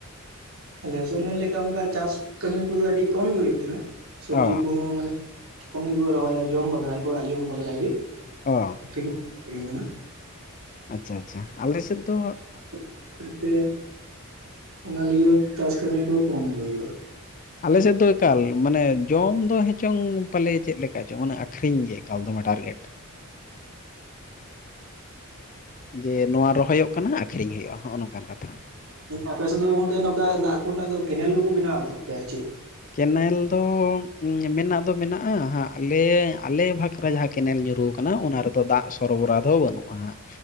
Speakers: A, on the right; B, on the left.
A: ᱟᱞᱮ ᱦᱚᱥᱮ ᱚᱱᱟ ᱞᱮᱠᱟ ᱚᱱᱠᱟ ᱪᱟᱥ ᱠᱟᱹᱢᱤ ᱠᱚᱫᱚ ᱟᱹᱰᱤ ᱠᱚᱢ ᱜᱮ ᱦᱩᱭᱩᱜ ᱛᱟᱦᱮᱸᱱᱟ᱾ ᱥᱚᱵᱽᱡᱤ
B: ᱚ
A: ᱠᱚᱦᱚᱸ ᱢᱟᱱᱮ ᱠᱚᱢ ᱜᱮᱠᱚ ᱨᱚᱦᱚᱭᱟ ᱡᱚᱢ ᱵᱟᱠᱷᱨᱟ ᱜᱮᱠᱚ ᱚᱲᱟᱜ ᱡᱚᱢ ᱵᱟᱠᱷᱨᱟ ᱜᱮ᱾
B: ᱚ
A: ᱟᱠᱷᱨᱤᱧ
B: ᱟᱪᱪᱷᱟ ᱟᱪᱪᱷᱟ ᱟᱞᱮ ᱥᱮᱫ ᱫᱚ
A: <unintelligible> <unintelligible> ᱛᱮ ᱚᱱᱟ ᱞᱟᱹᱜᱤᱫ ᱦᱚ ᱪᱟᱥ ᱠᱟᱹᱢᱤ ᱠᱚ ᱠᱚᱢᱜᱮ ᱦᱩᱭᱩᱜ-ᱟ᱾
B: ᱟᱞᱮᱥᱮᱫ ᱫᱚ ᱮᱠᱟᱞ ᱢᱟᱱᱮ ᱡᱚᱢ ᱫᱚ ᱦᱮᱪᱚᱝ ᱯᱟᱞᱮ ᱪᱮᱫ ᱞᱮᱠᱟ ᱪᱚᱝ ᱢᱟᱱᱮ ᱟᱠᱷᱨᱤᱧ ᱜᱮ ᱮᱠᱟᱞ ᱫᱚᱢᱮ ᱴᱟᱨᱜᱮᱴ᱾ <inaudible> ᱡᱮ ᱱᱚᱣᱟ ᱨᱚᱦᱚᱭᱚᱜ ᱠᱟᱱᱟ ᱟᱠᱷᱨᱤᱧ ᱦᱩᱭᱩᱜᱼᱟ ᱦᱚᱸᱜ-ᱚ ᱱᱚᱝᱠᱟᱱ ᱠᱟᱛᱷᱟ᱾
A: <unintelligible> ᱟᱯᱮ ᱥᱮᱫ ᱫᱚ ᱜᱚᱝᱠᱮ ᱱᱚᱝᱠᱟ ᱫᱟᱜ ᱠᱚᱨᱮᱱᱟᱜ ᱫᱚ ᱠᱮᱱᱮᱞ ᱠᱚᱠᱚ ᱵᱮᱱᱟᱣ ᱟᱠᱟᱫ ᱯᱮᱭᱟ ᱥᱮ ᱪᱮᱫ?
B: ᱠᱮᱱᱮᱞ ᱫᱚ ᱢᱮᱱᱟᱜ ᱫᱚ ᱢᱮᱱᱟᱜ-ᱟ ᱦᱟ. ᱜ ᱞᱮ ᱟᱞᱮ ᱵᱷᱟᱜ ᱠᱨᱮ ᱡᱟᱦᱟ ᱠᱮᱱᱮᱞ ᱧᱩᱨᱩᱣ ᱠᱟᱱᱟ᱾ ᱚᱱᱟ ᱨᱮᱫᱚ ᱫᱟᱜ ᱥᱚᱨᱵᱚᱨᱟ ᱫᱷᱚ ᱵᱟᱹᱱᱩᱜ-ᱟ ᱦᱟᱸᱜ᱾